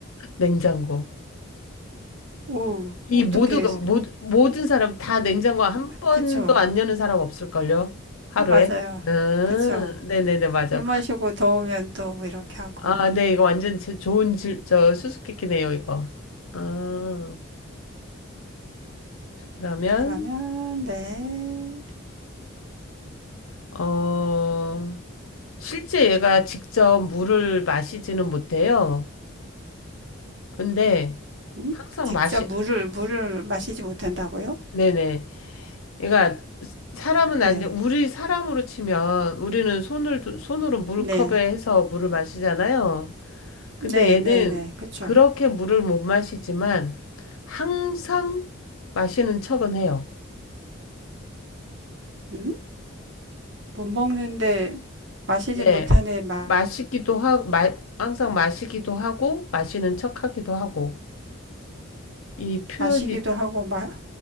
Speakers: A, on the left; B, on the right.
A: 냉장고.
B: 오,
A: 이
B: 어떻게
A: 모두가 모, 모든 사람 다 냉장고 한 번도
B: 그쵸?
A: 안 여는 사람 없을걸요? 하루에.
B: 맞아요.
A: 음,
B: 그쵸?
A: 네네네 맞아.
B: 물 마시고 더우면 또 뭐 이렇게 하고.
A: 아, 네 이거 완전 제- 좋은 질, 저 수수께끼네요 이거. 아, 그러면
B: 그러면 네.
A: 어. 실제 얘가 직접 물을 마시지는 못해요. 근데
B: 음?
A: 항상
B: 직접
A: 마시,
B: 물을 물을 마시지 못한다고요?
A: 네네. 얘가 사람은
B: 네.
A: 안 돼. 우리 사람으로 치면 우리는 손을, 손으로 물컵에
B: 네.
A: 해서 물을 마시잖아요. 근데
B: 네,
A: 얘는
B: 네, 네. 그쵸?
A: 그렇게 물을 못 마시지만 항상 마시는 척은 해요.
B: 음? 못 먹는데 마시지
A: 네.
B: 못하네 마,
A: 마시기도 하고, 마, 항상 마시기도 하고, 마시는 척 하기도 하고. 이 표현이
B: 마시기도 하고 마,